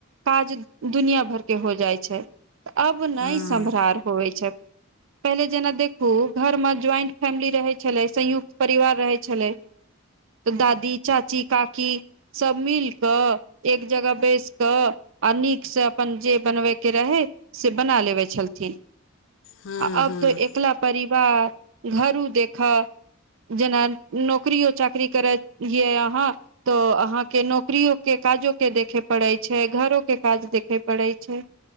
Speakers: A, on the right; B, on the left.
A: काज दुनिया भर के हो जाइ छै तऽ अब नहि
B: हूँ
A: सम्रार होवै छै। पहिले जेना देखू घरमे ज्वाइंट फैमिली रहै छलै संयुक्त परिवार रहै छलै। तऽ दादी चाची काकी सभ मिल कऽ एक जगह बैस कऽ आ नीकसँ अपन जे बनबैके रहै से बना लेबे छलथिन।
B: हूँ
A: आ अब
B: हूँ
A: तो एकला परिवार घरो देखऽ जेना नौकरियो चाकरी करै यै अहाँ तऽ अहाँके नौकरियो के काजो के देखे पड़ैत छै घरो के काज देखे पड़ै छै